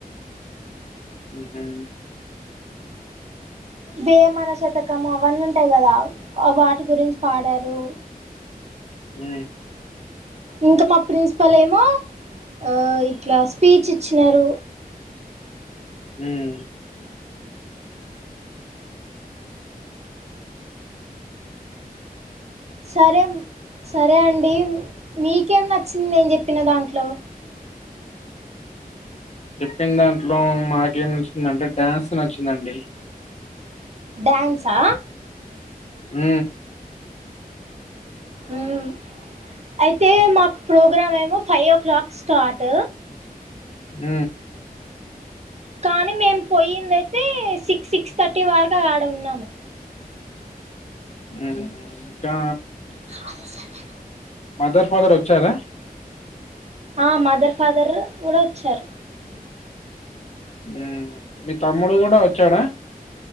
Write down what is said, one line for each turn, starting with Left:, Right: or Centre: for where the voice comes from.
Left: ఊహు
Right: వేమన శతకము అవన్నీ ఉంటాయ్ కదా వాటి గురించి పాడారు.
Left: ఊ
Right: ఇంక మా ప్రిన్సిపల్ ఏమో ఆ ఇట్లా స్పీచ్ ఇచ్చినరు.
Left: ఉమ్
Right: సరేం సరే అండి మీకేం నచ్చింది నేను చెప్పిన దాంట్లో
Left: చెప్పిన దాంట్లో మాకేం నచ్చిందంటే డ్యాన్స్ నచ్చిందండి.
Right: డ్యాన్సా
Left: ఊ
Right: ఉమ్ అయితే మాక్ ప్రోగ్రామ్ ఏమో ఫైవ్ ఓ క్లాక్ స్టార్ట్
Left: ఊ
Right: కానీ మేము పోయిందయితే సిక్స్ సిక్స్ థర్టీ వరకు ఆడ ఉన్నాము
Left: ఉ చా
Right: నా వల్లనే
Left: మదర్ ఫాదర్ వచ్చారా
Right: ఆ మదర్ ఫాదర్ర్ కూడా వచ్చారు
Left: ఊ మీ తమ్ముడు గూడా వచ్చాడా